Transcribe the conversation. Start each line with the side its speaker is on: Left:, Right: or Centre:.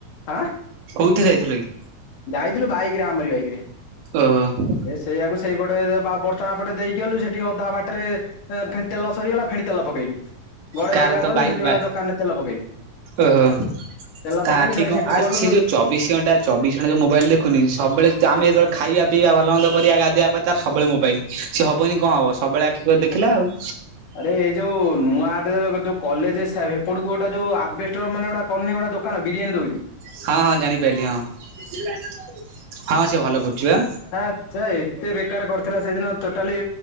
Left: ହାଁ
Right: କୋଉଥିରେ ଯାଇଥିଲ କି?
Left: ଯାଇଥିଲୁ ବାଇକ ରେ ଆମରି ବାଇକ ରେ।
Right: ଓ ହୋ
Left: ଏ ସେଇଆକୁ ସେଇପଟେ ବ ବର୍ଷଣା ପଟେ ଦେଇକି ଗଲୁ ସେଠି ଅଧା ବାଟରେ ଫେଣି ତେଲ ସରିଗଲା ଫେଣି ତେଲ ପକେଇଲୁ ଗଡେଇ
Right: କାର
Left: ଗଡେଇକା
Right: ତ
Left: ଗଲୁ
Right: ବାଇ
Left: ସେଠି ଗୋଟେ
Right: ବାଇ
Left: ଦୋକାନ ରେ ତେଲ ପକେଇଲୁ।
Right: ଓହୋ
Left: ତେଲ ପକେଇଲୁ
Right: ତା ଆଖି
Left: ଫେଣି
Right: କଣ
Left: ସେଠୁ
Right: ଆ
Left: ଗଲୁ
Right: ସେ ଯୋଉ ଚବିଶ ଘଣ୍ଟା ଚବିଶ ଘଣ୍ଟା ଯୋଉ ମୋବାଇଲ ଦେଖୁନି କି ସବବେଳେ ଆମେ ଯେେବେଳେ ଖଇବା ପିଇବା ଭଲ ମନ୍ଦ କରିବା ଗାଧିବା ପାଇଁ ତାର ସବୁବେଳେ ମୋବାଇଲ ସିଏ ହବନି କଣ ହବ ସବବେଳେ ଆଖି କରି ଦେଖିଲା ଆଉ।
Left: ଆରେ ଏଇ ଯୋଉ ନୂଆ ଆଡରେ ଯୋଉ କଲେଜ ସେ ହେପଟୁକୁ ଗୋଟେ ଯୋଉ ଆବେଷ୍ଟର ମାନେ ଗୋଟେ କରନି ଗୋଟେ ଦୋକାନ ବିରିୟାନୀ ଦଉଚି
Right: ହଁ ହଁ ଜାଣିପାରିଲି ହଁ ହଁ ସେ ଭଲ କରୁଚି ପା।
Left: ଆ ଛା ସେ ଏତେ ବେକାର କରିଥିଲା ସେଦିନ ଟୋଟାଲି